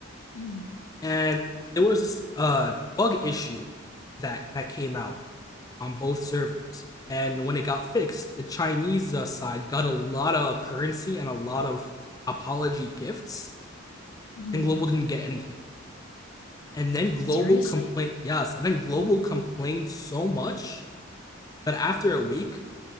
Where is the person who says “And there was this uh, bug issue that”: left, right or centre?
Left